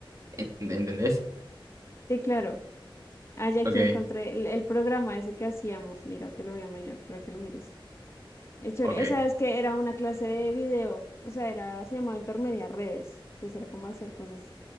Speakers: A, on the right (about 35°); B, on the left (about 30°).
A: ¿Ent- ¿Entendés?
B: Sí, claro. Ah, ya aquí
A: Ok,
B: encontré el, el programa ese que hacíamos. Mira, te lo voy a mandar para que lo mires. Es chévere.
A: ok,
B: Esa es que era una clase de video. O sea, era, se llamaba Intermedia Redes. Entonces era como hacer cosas